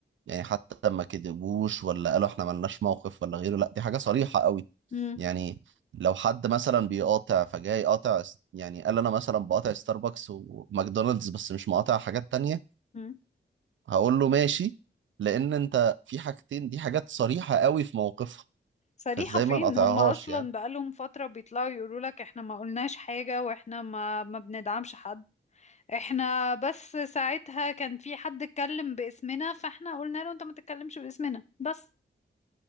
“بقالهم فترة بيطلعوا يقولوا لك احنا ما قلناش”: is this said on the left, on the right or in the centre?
Left